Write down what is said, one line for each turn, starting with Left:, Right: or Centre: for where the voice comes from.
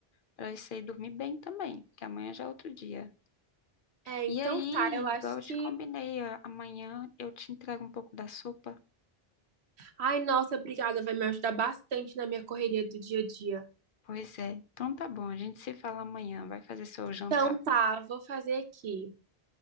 Left: para isso aí dormir bem também, que amanhã já é outro dia.
Right: É,
Left: E
Right: então
Left: aí,
Right: tá, eu acho
Left: igual eu te
Right: que.
Left: combinei, ó, amanhã eu te entrego um pouco da sopa.
Right: Ai, nossa, obrigada, vai me ajudar bastante na minha correria do dia a dia.
Left: Pois é. Então tá bom, a gente se fala amanhã. Vai fazer seu jantar.
Right: Então tá, vou fazer aqui.